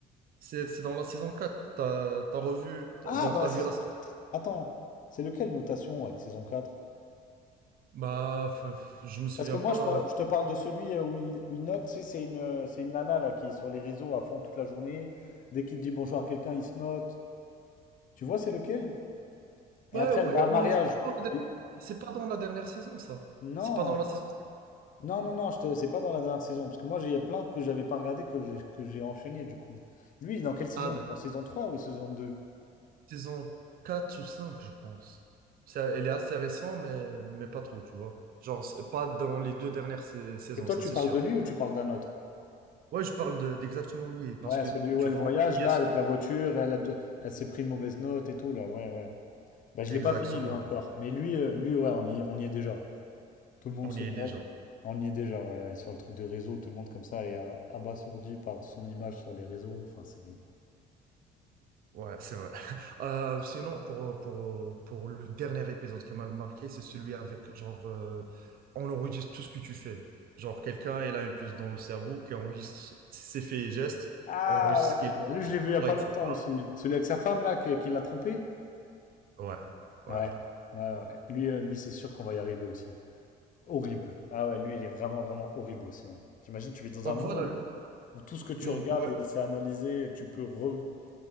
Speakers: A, on the right; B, on the left.
A: C'est c'est dans la saison 4. T'as, t'as revu, t'as-
B: Ah,
A: donc
B: dans
A: t'as
B: la saison
A: vu la.
B: 4. Attends, c'est lequel notation avec saison quatre
A: Bah, f- f- je me souviens
B: Parce que moi,
A: pas.
B: je, par- je te parle de celui euh, où il, où il note, tu sais, c'est une, euh, c'est une nana là qui est sur les réseaux à fond toute la journée. Dès qu'il dit bonjour à quelqu'un, il se note. Tu vois, c'est lequel?
A: Bah
B: Et après,
A: ouais,
B: elle va à un mariage.
A: mais c'est pas
B: Elle-
A: c'est pas dans la dernière saison, ça.
B: Non,
A: C'est pas dans la saison
B: non, non, non, je te... c'est pas dans la dernière saison. Parce que moi, j'ai plein que j'avais pas regardé que j'ai que j'ai enchaîné du coup. Lui, il est dans quelle saison?
A: 7.
B: Il est dans saison 3 ou saison deux
A: saison 4 ou 5, je pense. Ça- elle est assez récente, mais, mais pas trop, tu vois. Genre, c'est pas dans les deux dernières sais- saisons,
B: Et toi,
A: ça
B: tu
A: c'est
B: parles
A: sûr.
B: de lui ou tu parles d'un autre?
A: Ouais, je parle de- d'exactement lui, parce
B: Ouais,
A: que
B: celui où
A: tu
B: elle
A: vois,
B: voyage,
A: on y
B: là,
A: est-
B: avec la voiture, elle a déjà- elle s'est pris une mauvaise note et tout, là, ouais, ouais. Bah, je
A: exactement,
B: l'ai pas fini, lui, encore. Mais lui, euh, lui, ouais, on y, on y est déjà. Tout le monde
A: on
B: se
A: y est
B: note.
A: déjà.
B: On y est déjà, ouais, ouais. Sur le truc de réseau, tout le monde, comme ça, est euh, abasourdi par son image sur les réseaux. Enfin, c'est...
A: Ouais, c'est vrai. <laughs> Euh, sinon, pour, pour, pour le dernier épisode qui m'a marqué, c'est celui avec, genre, euh, on enregistre tout ce que tu fais. Genre, quelqu'un, il a une puce dans le cerveau qui enregistre ses faits et gestes,
B: Ah,
A: enregistre
B: ouais.
A: ce qu'il
B: Bah, lui, je l'ai vu il y a
A: voit,
B: pas
A: etc.
B: longtemps aussi. Celui avec sa femme, là, que- qui l'a trompé.
A: Ouais, ouais,
B: Ouais,
A: frère.
B: ouais, ouais. ouais. Lui, euh, lui, c'est sûr qu'on va y arriver aussi. Horrible. Ah ouais, lui, il est vraiment, vraiment horrible aussi. hein. T'imagines, tu vis dans
A: Donc
B: un monde.
A: voilà,
B: Où tout ce que tu
A: Mon-
B: regardes
A: ouais.
B: et c'est analysé, tu peux re-